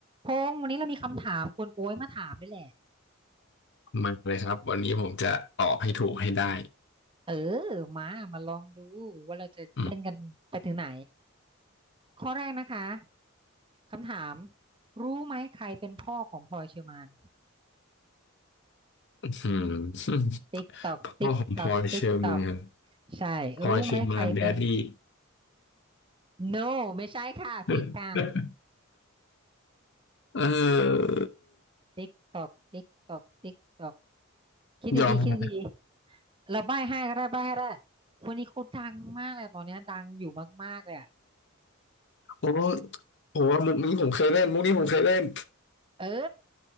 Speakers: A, on the right; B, on the left.
A: พงษ์วันนี้เรามีคำถามคุณโอ้ยมาถามด้วยแหละ
B: มาเลยครับวันนี้ผมจะตอบให้ถูกให้ได้
A: เออมามาลองดูว่าเราจะเล่นกันไปถึงไหน
B: อืม
A: ข้อแรกนะคะคำถามรู้ไหมใครเป็นพ่อของพลอยเชอร์มาน
B: อืม
A: ติ๊กตอกติ๊กตอกติ๊กตอก
B: พ่อของพลอยเชอร์แมาน
A: ใช่รู้ไหมใครเป็น
B: พลอยเชอร์แมานแดดดี้
A: no ไม่ใช่ค่ะผิดค่ะ
B: <laughs> เออ
A: ติ๊กตอกติ๊กตอกติ๊กตอกคิดดีๆคิดดีๆเราใบ้ให้ก็ได้ใบ้ให้ก็ได้
B: ยอมนะ
A: คนนี้เขาดังมากเลยตอนเนี้ยดังอยู่มากๆเลยอะ
B: โอ้โหมุกนี้ผมเคยเล่นมุกนี้ผมเคยเล่น
A: เออ